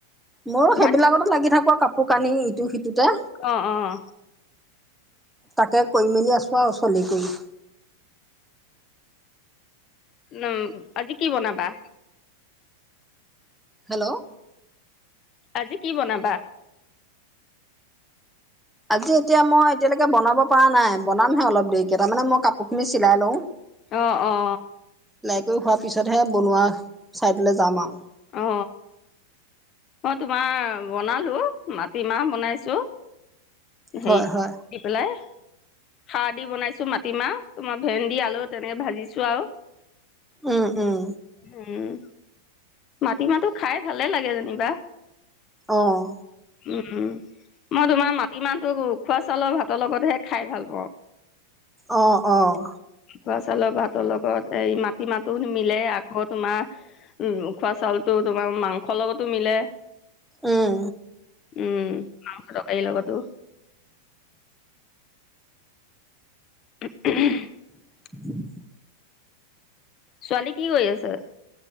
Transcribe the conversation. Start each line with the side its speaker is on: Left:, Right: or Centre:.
Centre: মইও সেইবিলাকতো
Left: ভাত
Centre: লাগি থাকো পোৱা কাপোৰ কানি ইটো সিটোতে
Left: অ অ
Centre: তাকে কৰি মেলি আছোঁ আৰু চলি কৰি।
Left: উম আজি কি বনাবা‌?
Centre: হেল্ল'।
Left: আজি কি বনাবা?
Centre: আজি এতিয়া মই এতিয়ালৈকে বনাব পৰা নাই বনামহে অলপ দেৰিকে তাৰমানে মই কাপোৰ খিনি চিলাই লওঁ।
Left: অ অ।
Centre: হৈ হোৱাৰ পিছতহে বনোৱা ছাইডলৈ যাম আও
Left: অ মই তোমাৰ বনালো মাটিমাহ বনাইছো হেৰিত
Centre: হয়, হয়,
Left: দি পেলাই খাৰ দি বনাইছো মাটিমাহ তোমাৰ ভেন্দি আলু তেনেকে ভাজিছ চো আও
Centre: উম, উম।
Left: উম মাটিমাহটো খাই ভালে লাগে যেনিবা।
Centre: অ',
Left: উম মই তোমাৰ মাটিমাহ ওখোৱা চাউলৰ ভাতৰ লগতহে খাই ভাল পাওঁ।
Centre: অহ অহ
Left: ওখোৱা চাউলৰ ভাতৰ লগত এই মাটি মাহতো নিমিলে আকৌ তোমাৰ উ ওখোৱা চাউল তো তোমাৰ মাংসৰ লগতো মিলে।
Centre: উম,
Left: উম মাংস তৰকাৰীৰ লগতো <unintelligible>
Centre: উ <unintelligible>
Left: ছোৱালী কি কৰি আছে?